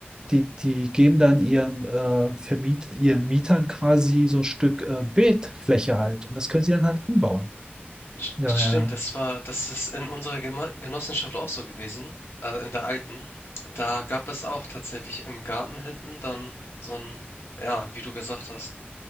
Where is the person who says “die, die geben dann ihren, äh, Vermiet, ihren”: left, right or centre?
Right